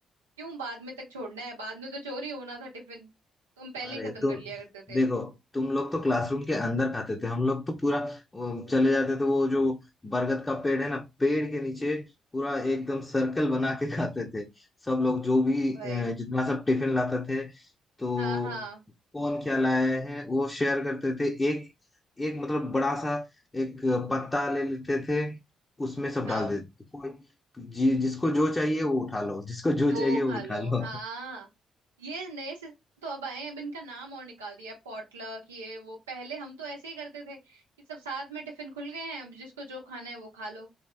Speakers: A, on the right; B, on the left.
A: क्यों बाद में तक छोड़ना है बाद में तो चोरी होना था टिफिन तो हम पहले
B: अरे
A: ही खत्म
B: तुम
A: कर लिया करते थे
B: देखो तुम लोग तो क्लासरूम के अंदर खाते थे हम लोग तो पूरा वो, चले जाते थे वो जो बरगद का पेड़ है ना पेड़ के नीचे पूरा एकदम सर्कल बना के खाते थे सब लोग जो भी अ,
A: भाई
B: जितना सब टिफिन लाते थे तो
A: हाँ हाँ
B: कौन क्या लाया है वो शेयर करते थे एक एक मतलब बड़ा सा एक पत्ता ले लेते थे उसमें सब
A: हाँ
B: डाल देते थे कोई जि, जिसको जो चाहिए वो उठा लो जिसको जो चाहिए
A: वो वो
B: वो
A: खा
B: उठा
A: लो
B: लो
A: हाँ ये नए सिस्टम तो अब आए हैं अब इनका नाम और निकाल दिया है, पॉटलक ये वो पहले हम तो ऐसे ही करते थे कि सब साथ में टिफिन खुल गए हैं अब जिसको जो खाना है वो खा लो